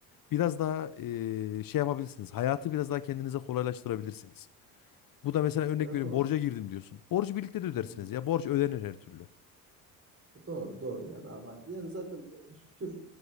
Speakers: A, on the left (about 50°); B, on the right (about 35°).
A: biraz daha e, şey yapabilirsiniz. Hayatı biraz daha kendinize kolaylaştırabilirsiniz. Bu da mesela örnek
B: Ya
A: veriyorum
B: doğru.
A: borca girdim diyorsun. Borcu birlikte de ödersiniz
B: Hı hı.
A: ya. Borç ödenir her türlü.
B: Doğru, doğru yani abi, aynen. Yani zaten, eee, şükür